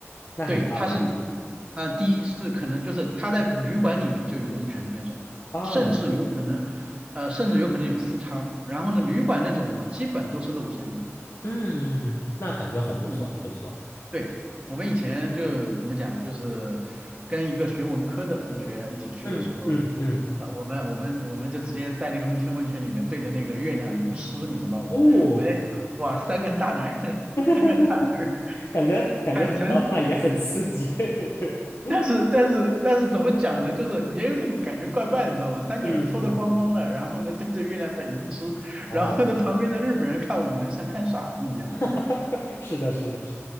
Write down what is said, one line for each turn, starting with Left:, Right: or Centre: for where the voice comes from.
Left: 那很棒哎！
Right: 对，他是啊、第一是可能就是他在旅馆里面就有温泉的那种，
Left: 啊，
Right: 甚至有可能呃，
Left: 了，
Right: 甚至有可能有私汤。然后呢，旅馆那种的话，基本都是露天的。
Left: 嗯嗯嗯，那感觉很不错，
Right: 嗯，
Left: 很不错。
Right: 对，我们以前就怎么讲，就是跟一个学文科的同学一起去的时候，
Left: 嗯嗯嗯，
Right: 呃，我们我们我们就直接在那个露天温泉里面对着那个月亮吟诗，你知道吗？
Left: 哦，
Right: 我在想，哇，三个大男人，
Left: <laughs>
Right: <laughs> 三个大男人。
Left: 感觉感觉很浪漫，
Right: <laughs> 坦诚。
Left: 也很刺激。<laughs>
Right: 但是但是但是怎么讲呢？就是也有点感觉怪怪，的，你知道吗？三个人脱得光光的，
Left: 嗯嗯，
Right: 然后呢对着月亮在吟诗，
Left: 哦，
Right: 然后呢旁边的日本人看我们像看傻子一样。
Left: <laughs> 是的，是的。是